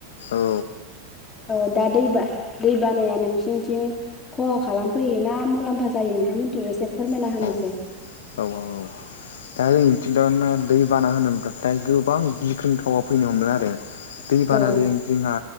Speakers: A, on the left; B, on the left.
A: औ
B: औ दा दैबा दै बानाया नोंसिनिथिं खहा खालामफैयो ना मुलाम्फा जायो नोंथांमोनथिं एसे फोरमायना
A: अ
B: होनायसाय।
A: औ औ औ दा जों थिंथ' दै बाना होनोब्लाथाय गोबां गिख्रंथावा फैनो हमदों आरो। दैबानाजों
B: औ
A: जोंहा